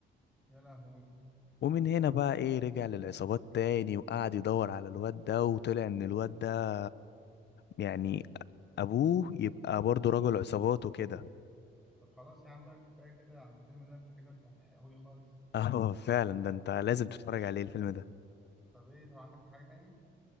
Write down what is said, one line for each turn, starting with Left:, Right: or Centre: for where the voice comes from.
Centre: يا لهوي
Left: ومن هنا بقى ايه رجع للعصابات تاني وقعد يدور على الواد ده وطلع ان الواد ده يعني ابوه يبقى برضه رجل عصابات وكده
Centre: طب خلاص يا عم بقى كفايه كده عن الفيلم ده انت كده انت هتحرقهولي خالص
Left: <laughs> اه فعلا ده انت لازم تتفرج عليه الفيلم ده
Centre: طب ايه طب عندك حاجة تانية؟